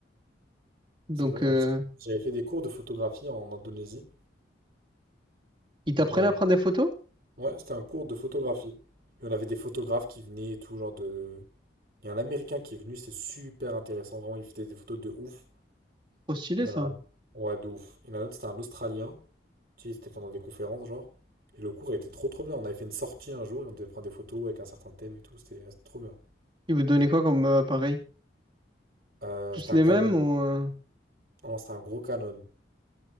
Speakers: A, on the right; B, on the right.
A: Donc,
B: C'est vrai.
A: euh,
B: hein, je- J'avais fait des cours de photographie en Indonésie.
A: ils t'apprennent
B: J'avais
A: à
B: un-
A: prendre des photos?
B: Ouais, c'était un cours de photographie. Et on avait des photographes qui venaient et tout, genre de... Il y a un Américain qui est venu, c'était super intéressant. Vraiment, il faisait des photos de ouf.
A: Trop stylé
B: Il y
A: ça.
B: en a un... Ouais, de ouf. Il y en a un autre, c'était un Australien. Tu sais, c'était pendant des conférences, genre. Et le cours a été trop, trop bien. On avait fait une sortie un jour et on devait prendre des photos avec un certain thème et tout. C'était c'était trop bien.
A: Ils vous donnaient quoi comme euh, appareil?
B: Euh,
A: Tous
B: c'était
A: les
B: un Canon.
A: mêmes ou euh,
B: Ah Non, c'était un gros Canon.